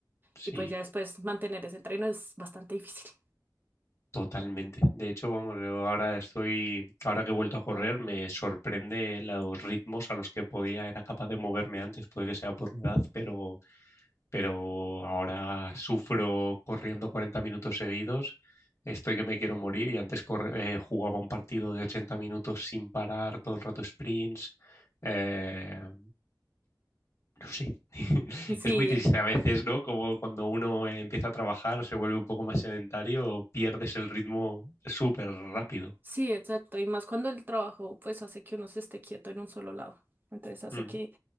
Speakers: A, on the left; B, on the right.
A: Sí,
B: Y pues ya después mantener ese entreno es bastante difícil.
A: totalmente. De hecho, vamos, yo ahora estoy, ahora que he vuelto a correr, me sorprende los ritmos a los que podía, era capaz de moverme antes, puede que sea por la edad, pero... pero ahora sufro corriendo 40 minutos seguidos, estoy que me quiero morir y antes corre- eh, jugaba un partido de 80 minutos sin parar, todo el rato sprints. eh, no sé, <laughs>
B: <laughs> Sí.
A: es muy triste a veces, ¿no? Como cuando uno eh, empieza a trabajar, se vuelve un poco más sedentario, pierdes el ritmo súper rápido.
B: Sí, exacto. Y más cuando el trabajo pues hace que uno se esté quieto en un solo lado. Entonces hace
A: Mm.
B: que